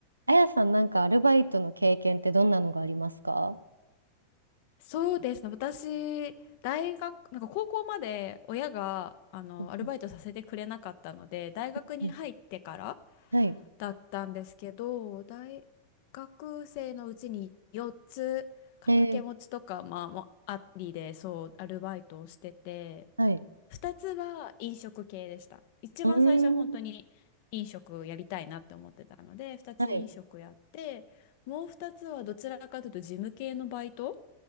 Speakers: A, on the right; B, on the left.
A: あやさん、なんかアルバイトの経験ってどんなのがありますか
B: そうですね。私、大学、なんか高校まで親が、あの、
A: うんう
B: アルバイトさせてくれなかったので、大学に入ってから
A: んうんはい。
B: だったんですけど、大学生のうちに4つ掛け持ちとか、
A: えー、
B: まあ、もありで、そう、アルバイトをしてて、
A: はい。
B: 2つは飲食系でした。一番最初は本当に飲食やりたいなって思ってたので、
A: うーん。
B: 2つ飲食やって、
A: はい。
B: もう2つはどちらかというと事務系のバイト